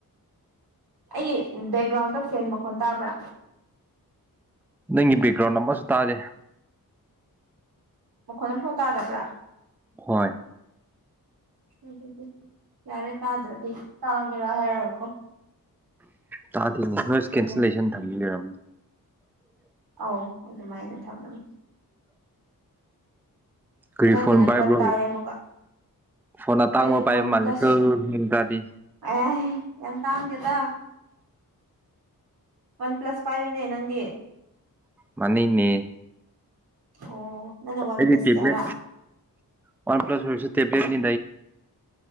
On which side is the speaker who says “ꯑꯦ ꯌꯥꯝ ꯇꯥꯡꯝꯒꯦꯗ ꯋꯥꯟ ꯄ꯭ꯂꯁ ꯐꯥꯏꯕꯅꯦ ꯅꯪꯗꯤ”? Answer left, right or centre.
Right